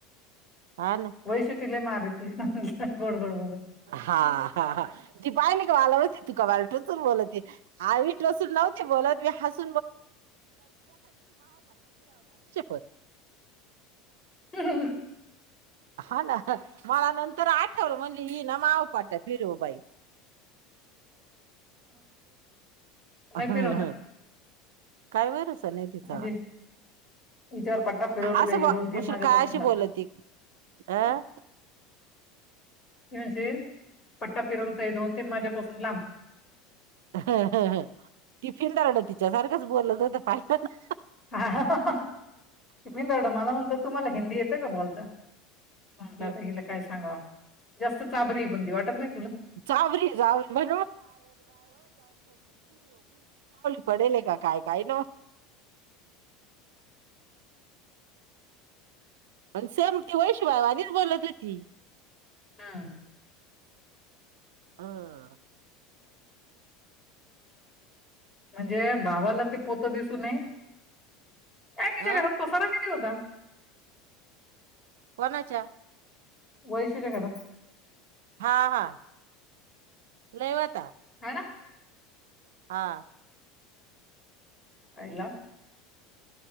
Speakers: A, on the right; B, on the left.
A: हा ना
B: वैशू ती लय मारीती, गोड गोड बोलून.
A: हा हा हा, ती पाहिली का वालावती तू का वाल टोचून बोलती. आवी टोचून लावते बोलत मी हस <unintelligible>
B: <unintelligible>
A: हा ना, मला नंतर आठवलं म्हणजे येई ना माव पट फिरवबाई.
B: <inaudible>
A: हा
B: नाही फिरवणार
A: हा. काय भरोसा नाही तिचा.
B: म्हणजे हिच्यावर पट्टा फिरवलं
A: असं
B: का हे
A: बघं,
B: दोन
A: म्हणशील
B: तीन माझ्यापासून
A: काय अशी
B: लांब
A: बोलते अं
B: ते म्हणजे पट्टा फिरवतंय दोन-तीन माज्यापासून लांब
A: ह ह टिफिनदरडं तिच्यासारखंच बोलच होत पाहिल ना
B: हा, <unintelligible> मला म्हणतो तुम्हाला हिंदी येते का बोलता. म्हणता
A: ना.
B: आत्ता हिला काय सांगाव, जास्त चाबरीये वाटत नाही तुला.
A: <unintelligible> ती सावली पडेले का काय, काय नव. पण सेमती वैश भवानीच बोलत होती.
B: हा.
A: ह.
B: म्हणजे भावाला ते पोत दिसूनये अय तिच्या
A: हा
B: घरात
A: अ
B: पसारा किधी होता.
A: कोणाच्या-
B: वैशूच्या घरात.
A: हा हा लयवता.
B: ह ना.
A: हा.
B: आईला.